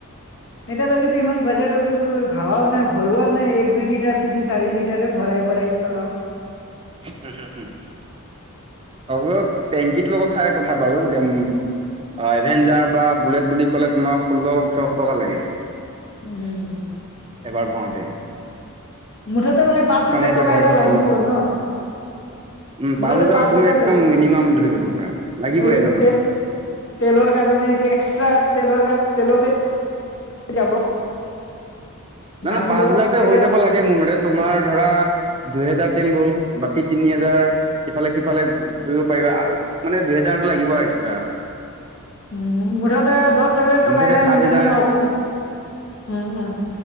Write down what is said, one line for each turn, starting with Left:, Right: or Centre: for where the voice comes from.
Left: এতিয়ালৈকেতো ইমান বাজেটতো ভাবাও নাই, ভৰোৱাও নাই এক দুই লিটাৰ তিনি চাৰি লিটৰহে ভৰাই-ভৰাই চলাওঁ।
Right: হম', হম', হম' <unintelligible> টেংকীতোৰ লগত চাই কথা বাৰু এতিয়া অহ, এভেঞ্জাৰ বা বুলেট বুলি ক'লে তোমাৰ ষোল্ল ওঠৰশ টকা লাগে।
Left: উম।
Right: এবাৰ ভাৰাওঁতেই।
Left: মুঠতে মানে পাঁচ হাজাৰ
Right: এতিয়া
Left: টকা
Right: ভৰাইছো
Left: এটা লাগিব
Right: ষোল্লশ টকা।
Left: ন?
Right: উম
Left: মঠতে পাঁচ
Right: তুমি
Left: হাজাৰ
Right: একদম
Left: লাগিব।
Right: মিনিমাম ধৰি ল'ব পাৰা লাগিবই
Left: এইটো
Right: এজনৰ
Left: তে তেলৰ কাৰণে এইটো এক্সট্ৰা, তেলৰ কাৰণে তেলতে যাব।
Right: নাই-নই
Left: ভাবি
Right: পাঁচ
Left: লওক
Right: হেজাৰতে
Left: কেতিয়াবা
Right: হৈ যাব লাগে। মোৰ মতে তোমাৰ ধৰা দুহেজাৰ তেল গ'ল। বাকী তিনি হাজাৰ ইফালে-সিফালে গ'ল। ফুৰিব
Left: উম
Right: পাৰিবা আৰু মানে দুহেজাৰটা লাগিব আৰু এক্সট্ৰা।
Left: উম, মুঠতে দহ হাজাৰ টকা
Right: মুঠতে
Left: এটা
Right: সাত
Left: নিলে
Right: হেজাৰ
Left: মানে অসুবিধ, উম', উম'।